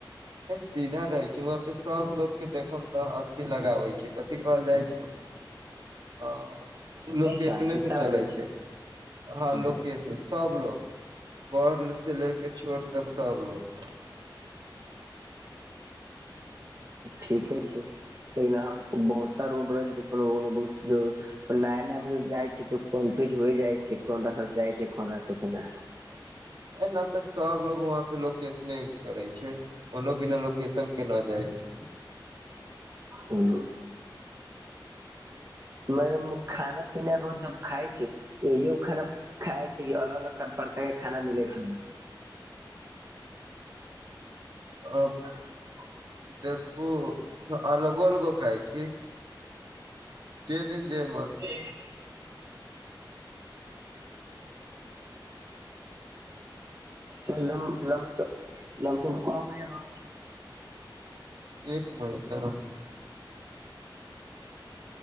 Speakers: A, on the right (about 65°); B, on the right (about 40°).
A: सीधा रहे छै वहा पे सभ लोग के देख मे तऽ अथि लगे छै कथि कहल जाय छै आ। लोकेशने
B: दिशा दिशा
A: से चलै
B: रहै
A: छै ह
B: ओ
A: लोकेशन सभलोग पढ़ से लेके छोट तक सभलोग
B: ठीके छै लेकिन हम बहु रोड रहे छै तऽ कोनो कोनो बहु जर नया नया जाइ छै तऽ कनफ्यूज होइ जाइ छै कोन रास्त जाइ छै कोन रास्ता ने
A: एना न तऽ सभ लोग वहाँं पे लोकशने करै छै कोनो बिना लोकेशन के ना जाइ छै
B: हू मने खाना पीना रोज जब खाय छै एो खाना खाय छै कि अलग अलग प्रकार के खाना मिले छै वहाँ
A: आ
B: अ
A: देखू अलगो अलगो खाय छी जे दिन जे मान
B: आ। ह कमे रहै छै <unintelligible>
A: एक महिना।